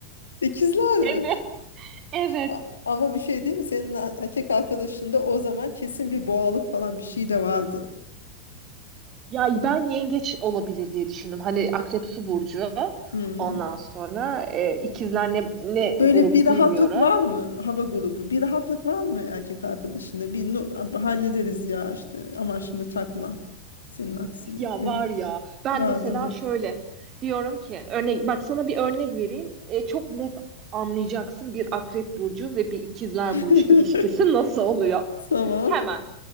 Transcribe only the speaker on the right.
Evet. Evet.
Ya ben yengeç olabilir diye düşündüm. Hani akrep su burcu.
Ondan sonra e, ikizler ne, ne
grubu
bilmiyorum.
Ya
var
ya ben
mesela
şöyle diyorum ki örnek bak sana bir örnek vereyim. E, çok net anlayacaksın bir akrep burcu ve bir ikizler
burcu ilişkisi nasıl oluyor.
Hemen.